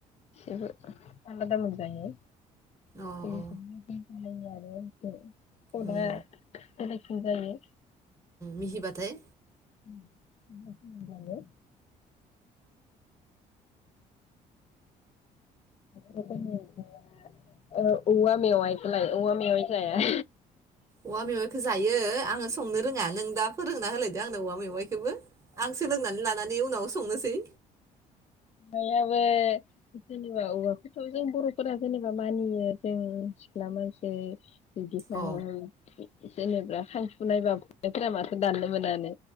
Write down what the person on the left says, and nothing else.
जेबो आलादा मोनजायो
<unintelligible>
<unintelligible> आरो खदा
बेलेगसिन जायो
उम <unintelligible> मोनजायो बर' फोरनि ओंख्रिआ ओ औवा मेवाइखौलाय औवा मेवाइ जाया
बयाबो जेनेबा औवाखौथ' जों बर'फोरा जेनेबा मानियो जों सिख्ला मानसि <unintelligible> जेनेबा
खांफुनाय बा फुनायफोरा माथो दाननो मोनानो।